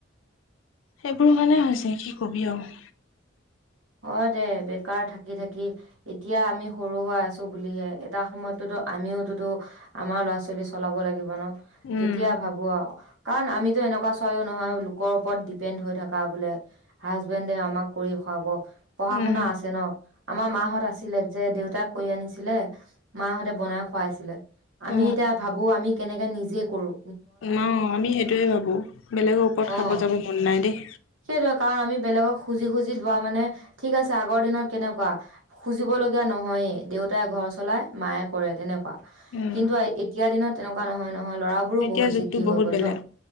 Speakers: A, on the left; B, on the right.
A: সেইবোৰৰ কাৰণে হৈছে কি কবি আৰু
B: অ দে বেকাৰ থাকি থাকি এতিয়া আমি সৰু হৈ আছো বুলিহে এটা সময়তো আমিওতোতো আমাৰ ল'ৰা ছোৱালী চলাব লাগিব ন
A: উম
B: তেতিয়া ভাবো আৰু কাৰণ আমিতো এনেকুৱা ছোৱালীও নহয় লোকৰ ওপৰত ডিপেণ্ড হৈ থকা বোলে হাজবেণ্ডে আমাক কৰি খুৱাব পঢ়া
A: উম
B: শুনা আছে ন আমাৰ মাহঁত আছিলে যে দেউতা কৰি আনিছিলে মাহঁতে বনাই খুৱাইছিলে আমি
A: অ
B: এতিয়া ভাবো আমি কেনেকে নিজে কৰোঁ
A: ন আমি সেইটোয়ে ভাবো বেলেগৰ ওপৰত খাব
B: অ
A: যাব মন নাই দেই
B: সেইটোৱে কাৰণ আমি বেলেগক খুজি খুজি লোৱা মানে ঠিক আছে আগৰ দিনত কেনেকুৱা খুজিব লগগীয়া নহয়ে দেউতাই ঘৰ চলাই মায়ে কৰে তেনেকুৱা
A: উম
B: কিন্তু এতিয়া দিনত তেনেকুৱা নহয় ন নহয় লৰাবোৰো
A: এতিয়া
B: বহুত
A: যুগটো
B: জিদ্দি
A: বহুত
B: হৈ গ'ল
A: বেলেগ
B: ন